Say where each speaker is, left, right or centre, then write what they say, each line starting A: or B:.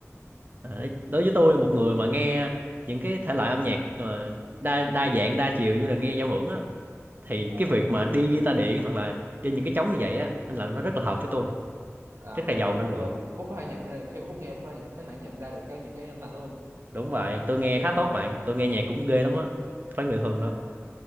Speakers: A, on the right (about 40°); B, on the right (about 60°).
A: À, đấy- đối với tôi một người mà nghe những cái thể loại âm nhạc ờ, đa đa dạng đa chiều như là nghe giao hưởng á thì
B: đó
A: cái việc mà đi guitar điện hoặc là đi những cái trống như vậy á nên là nó rất là hợp với tôi
B: à,
A: rất là
B: phúc
A: giàu
B: là
A: năng
B: phúc
A: lượng
B: rồi- phúc có thể nhận ra khi mà phúc nghe phúc có thể nhận, có thể nhận ra được cái những cái âm thanh đó luôn
A: đúng vậy tôi
B: nhận
A: nghe
B: biết là
A: khá tốt
B: nó
A: bạn
B: luôn
A: tôi nghe nhạc cũng ghê lắm á không phải người thường
B: à
A: đâu